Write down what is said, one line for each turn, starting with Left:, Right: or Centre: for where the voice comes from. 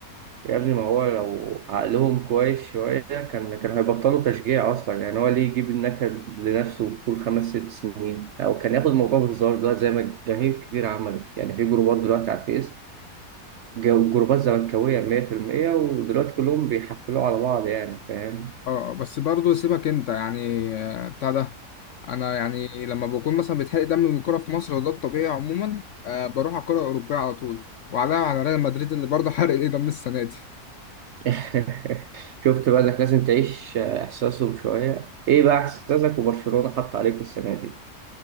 Right: يا ابني ما هو لو عقلهم كويس شوية كان كان هيبطلوا تشجيع أصلا يعني هو ليه يجيب النكد لنفسه طول خمس ست سنين أو كان ياخد الموضوع بهزار دلوقتي زي ما جماهير كتير عملت يعني في جروبات دلوقتي على الفيس جو- جروبات زملكاوية 100% ودلوقتي كلهم بيحفلوا على بعض يعني فاهم
Left: اه آه، بس برضه سيبك أنت يعني آه، بتاع ده أنا يعني لما بكون مثلا بيتحرق دم من الكورة في مصر وده الطبيعي عموما آه، بروح على الكورة الأوروبية على طول وعليها على ريال مدريد اللي برضه حرق ايه دم السنة دي
Right: <laughs> شفت بقى إنك لازم تعيش إحساسهم شوية إيه بقى إحساسك وبرشلونة حط عليكم السنة دي